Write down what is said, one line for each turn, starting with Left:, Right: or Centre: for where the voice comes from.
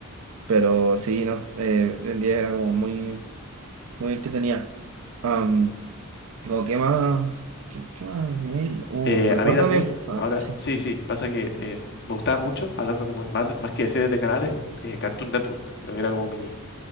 Right: Pero sí, no, eh, en 10 era como muy, muy entretenida. Am, como, ¿qué más? ¿Qué, qué más? vi? Uh,
Left: Eh,
Right: recuérdame.
Left: a mí también,
Right: Ah,
Left: ahora,
Right: sí.
Left: sí, sí, pasa que eh, me gustaba mucho, hablando como más, más que de series de canales, eh, Cartoon Network, creo que era como mi,